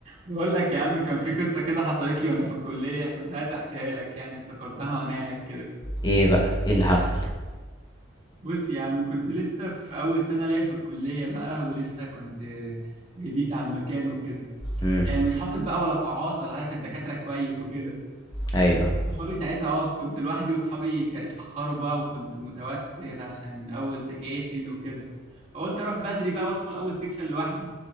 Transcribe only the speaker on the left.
ايه بقى ايه اللي حصل
امم
ايوه